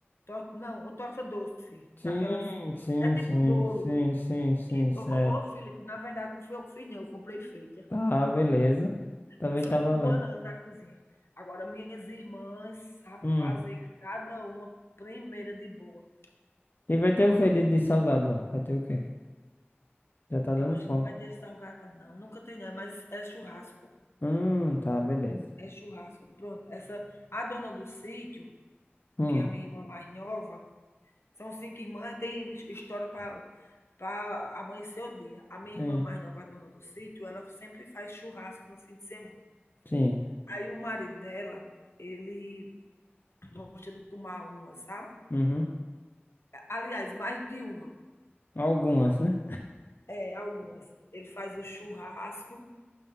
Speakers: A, on the left; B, on the left.
A: Torta não, uma torta doce,
B: Sim,
A: daquelas
B: sim,
A: é tipo
B: sim,
A: um bolo
B: sim, sim, sim,
A: que
B: certo.
A: ô, ô, Felipe, na verdade não fui eu que fiz não, eu comprei feita.
B: Tá, beleza. Também
A: Eu não sou
B: tá
A: muito
B: valendo.
A: boa não na cozinha. Agora minhas irmãs sabem
B: Hum.
A: fazer cada uma primeira de boa.
B: E vai ter o que de, de salgado lá? Vai ter o quê? Já tá dando
A: Eu acho
B: fome.
A: que não vai ter esse salgado, não. Nunca tem, né? Mas é churrasco.
B: Hum, tá, beleza.
A: É churrasco. Pronto. Essa, a dona do sítio,
B: Hum,
A: que é a minha irmã mais nova, são cinco irmãs, tem história para para amanhecer o dia. A minha
B: sim,
A: irmã mais nova, a dona do sítio, ela sempre faz churrasco no fim de semana.
B: sim.
A: Aí o marido dela, ele gosta de tomar uma, sabe?
B: Uhum.
A: Aliás, mais de uma.
B: Algumas, né?
A: É, algumas. Ele faz o churrasco